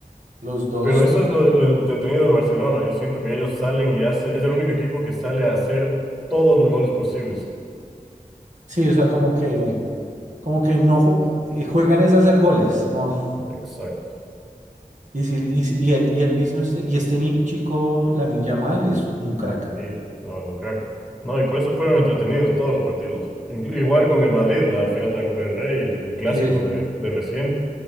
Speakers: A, on the right (about 55°); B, in the centre.
A: Los dos,
B: Pero eso es lo, lo entretenido del Barcelona. Yo siento que ellos salen y hacen, es el único equipo que sale a hacer todos los goles posibles.
A: sí, o sea, como que, como que no ju- eh, juegan es a hacer goles, no
B: Exacto.
A: Y, si- y, si- y, el, y el mismo este, y este ni- chico, Lamine Yamal, es un crack.
B: Sí, no, es un crack. No, y por eso fueron entretenidos todos los partidos. Inclu- Igual con el Madrid, la final de la Copa del Rey, el, el clásico
A: Sí, es-
B: de, de recién.